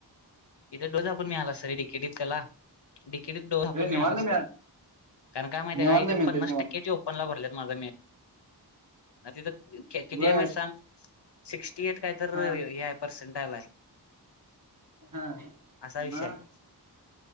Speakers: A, on the left; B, on the right.
A: इथे डोळ झाकून मिळायला असतं रडिकेटत त्याला डीकेटत डोळ झाकून
B: हे निवांत
A: मिळाला असतं.
B: मी
A: कारण काय माहिती
B: निवांत
A: का
B: मी
A: पनास
B: तर निवांत
A: टके ची ऑ. ला भरलेत माझा म तथ किती
B: बर
A: आहे माहि सांग. सिक्स्टी एट काय तर
B: हा
A: हे पर्सेंटाला आलय.
B: हा.
A: असा विषय
B: मग
A: हाय.